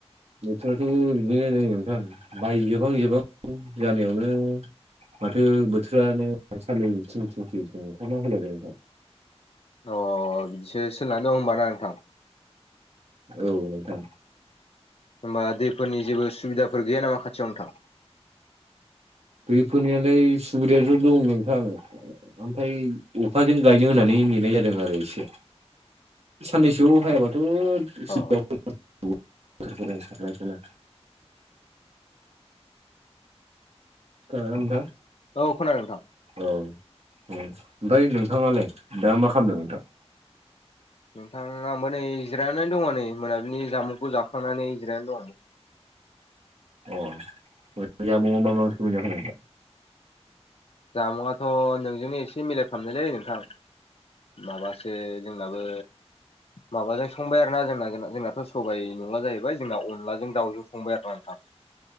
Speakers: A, on the right; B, on the left.
A: बोथोराथ' बिदिनो न ओंखां बायजोबहां जोबहां जानायावनो‌ माथो बोथोरानो साननै थिं थिंखि ओंखारना होलायबाय खांबाय
B: अ बिसो सलिनानै दं होनब ना नोंथां?
A: औ नोंथां
B: होमबा दैफोरनि जेबो सुबिदाफोर गैया नामा खाथियाव नोंथां?
A: दैफोरनियाालाय सुबिदायाथ' दं नोंथां? ओमफफ्राय अखाजों गायनो होननानै नेनाय जादों आरो एसे साननैसोआव हायाबाथ'
B: अ
A: सिराय सारनायखौनो दं दा
B: औ खोनादों नोंथां।
A: औ औ ओमफ्राय नोंथांङालाय दा मा खालामदों नोंथां?
B: नोंथांा आंबो नै जिरायनानै दङ नै मोनाबिलि जामुंखौ जाखांनानै जिरायनानै दं।
A: अ मजाम मा मासि मोजाखो?
B: जामुंआाथ' नोंजोंनो एसे मिलायफामनायलै नोंथां माबासो जोंनाबो माबाजों संबाय आरो ना जोंना जोंनाथ' सबाइ नंला जाहैबाय जोंना अनदलाजों दाउजों संबाय आरो नोंथांग